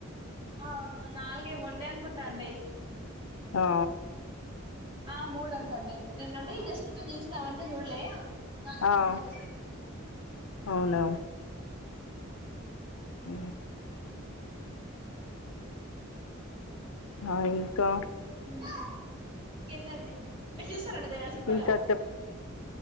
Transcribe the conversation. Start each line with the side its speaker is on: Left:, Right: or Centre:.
Right: ఆ నాలుగే ముండే అనుకుంటాంది
Left: ఆ
Right: ఆ మూడు అంటాంది ఏందంటే జస్ట్ ఇలా చూస్తావంటే చూడలే నాలుగు అనుకున్నా
Left: ఆ
Right: చూసి
Left: అవునులే అ ఆ ఇంకా
Right: ఆ ఇంకేంటండి మీరు చూస్తారండి దయ్యాల సినిమాలు
Left: ఇంకా చెప్